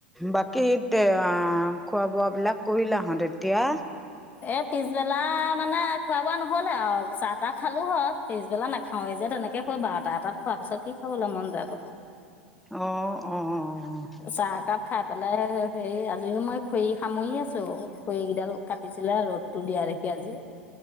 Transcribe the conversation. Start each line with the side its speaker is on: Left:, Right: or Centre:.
Centre: বাকী হে তা, খোৱা বোৱা বিলাক কৰিলা হত তেতিয়া।
Left: এ পিছবেলা, মানে খোৱা বোৱা নহলে আৰু, চাহ তাহ খালো হয়, পিছবেলা নাখাওঁ এই যে তেনেকে হে বাৰটা এটাত খোৱাৰ পিছত, কি খাবলৈ মন যাবনো।
Centre: অ', অ'।
Left: চাহ একাপ খাই পেলাই সেই আজিও মই খৰি সামৰি আছো খৰি কেইডাল কাট। টিছিলে ৰ'দ টো দিয়া দেখি আজি।